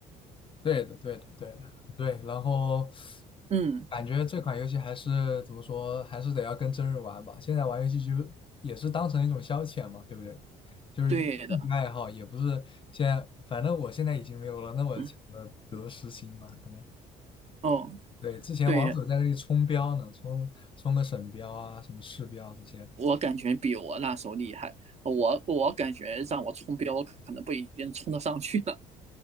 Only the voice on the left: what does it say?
对的对的对的对。然后
感觉这款游戏还是怎么说，还是得要跟真人玩吧。现在玩游戏就也是当成一种消遣嘛，对不对？就是兴趣爱好，
也不是现在，反正我现在已经没有了那么强的得失心嘛，
可能。
对，之前王者在那里冲标呢，
冲冲个省标啊，什么市标这些。